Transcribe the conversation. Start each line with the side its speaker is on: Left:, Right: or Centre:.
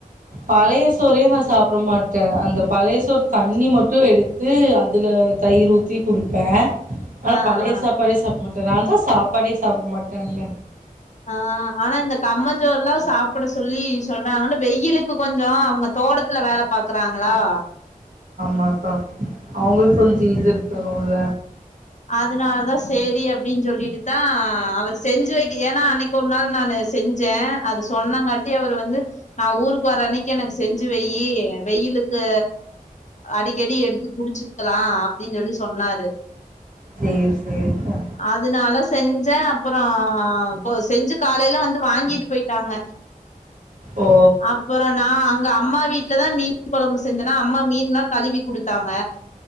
Right: பழைய சோறே நா சாப்ட மாட்டே அந்த பழைய சோறு தண்ணி மட்டு எடுத்து அதுல தயிரு ஊத்தி குடிப்பே ஆனா
Left: ஆ
Right: பழைய
Left: ஆ
Right: சாப்பாடே சாப்ட மாட்டே நா தா சாப்பாடே சாப்ட மாட்டேன்ல
Left: ஆ ஆனா இந்த கம்மஞ்சோறுலா சாப்புட சொல்லி சொல்றாங்கனு வெயிலுக்கு கு கொஞ்சோ அவுங்க தோட்டத்துல வேல பாக்கறாங்களா
Right: மாட்டோ அவுங்குளுக்கு கொஞ்சோ இது இருக்கணோல
Left: அதனால தா செரி அப்டின்னு சொல்லிட்டுதா அவரு செஞ்சு வெக்க ஏன்னா அன்னிக்கு ஒரு நாள் நானு செஞ்சே அது சொன்னாங்காட்டியு அவரு வந்து நா ஊருக்கு வர அன்னிக்கு எனக்கு செஞ்சு வெய்யி வெயிலுக்கு அடிக்கடி எடுத்து குடிச்சுக்கலா அப்டின் சொல்லி சொன்னாரு
Right: சேரி சேரிக்கா
Left: அதனால செஞ்சே அப்புறோ கொ செஞ்சு காலையில வந்து ந்து வாங்கிட்டு போயிட்டாங்க
Right: ஓ
Left: அப் அப்புறோ நா அங்க அம்மா வீட்லதா மீன் கொழம்பு செஞ்சேனா அம்மா மீன்லா கழுவி குடுத்தாங்க